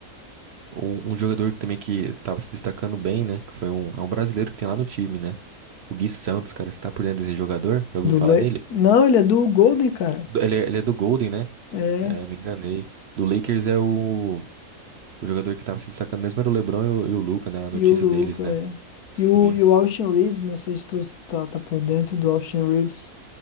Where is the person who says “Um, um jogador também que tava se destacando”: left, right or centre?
Right